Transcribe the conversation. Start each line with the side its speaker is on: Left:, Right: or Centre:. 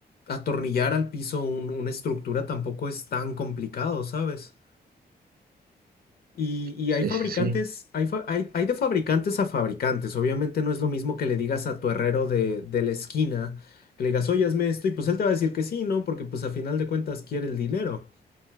Left: atornillar al piso un- una estructura tampoco es tan complicado, ¿sabes? Y, y
Right: Sí,
Left: hay fabricantes,
Right: sí, sí,
Left: hay, fa- hay, hay de fabricantes a fabricantes. Obviamente no es lo mismo que le digas a tu herrero de, de la esquina, que le digas, oye, hazme esto, y pues él te va a decir que sí, ¿no? Porque pues a final de cuentas quiere el dinero.